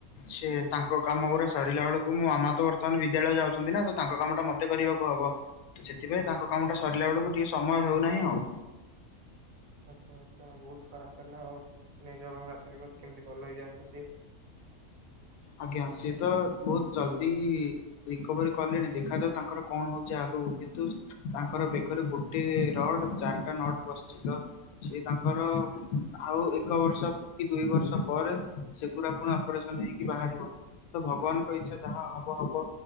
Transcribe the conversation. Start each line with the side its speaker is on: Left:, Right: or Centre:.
Left: ସେ ତାଙ୍କ କାମ ଗୁଡା ସରିଲା ବେଳକୁ, ମୋ ମାମା ତ ବର୍ତ୍ତମାନ ବିଦ୍ୟାଳୟ ଯାଉଛନ୍ତି ନା, ତ ତାଙ୍କ କାମ ଟା ମତେ କେତେ କରିବାକୁ ହବ, ତ ସେଥିପାଇଁ ତାଙ୍କ କାମ ଟା ସରିଲା ବେଳକୁ ଟିକେ ସମୟ ହଉନାହିଁ ଆଉ
Right: ଆଛା, ଆଛା, ବହୁତ ଖରାପ ହେଲା ଆଉ, କିଛି ନାଇଁ, ଜଗାଙ୍କ ଆଶୀର୍ବାଦ କେମିତି ଭଲ ହେଇଯାନ୍ତୁ। ତ ସେ
Left: ଆଜ୍ଞା, ସିଏ ତ ବହୁତ ଜଲ୍ଦି ରିକଭରି କଲେଣି, ଦେଖାଯାଉ ତାଙ୍କର କଣ ହଉଛି? ଯା କୁହ କିନ୍ତୁ ତାଙ୍କର ବେକରେ ଗୋଟେ ରଡ, ଚାରିଟା ନଡ ପଶଚିତ, ସେ ତାଙ୍କର ଆଉ ଏକ ବର୍ଷ କି, ଦୁଇ ବର୍ଷ ପରେ, ସେଗଡ଼ା ପୁଣି ଅପରେସନ ହେଇକି ବାହାରିବ। ତ ଭଗବାନଙ୍କ ଇଚ୍ଛା ଯାହା ହବ, ହବ,